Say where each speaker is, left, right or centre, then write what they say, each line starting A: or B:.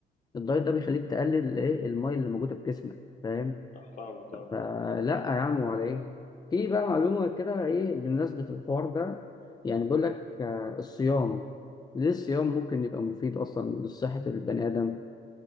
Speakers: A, on the left; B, on the left.
A: الدايت ده بيخليك تقلل ايه الميه اللي موجوده في جسمك فاهم
B: آه، فاهمك
A: فلا
B: اه
A: يا عم ولا ايه في بقى معلومة كده ايه بمناسبة الحوار ده يعني بيقول لك آه، الصيام ليه الصيام ممكن يبقى مفيد اصلا لصحة البني ادم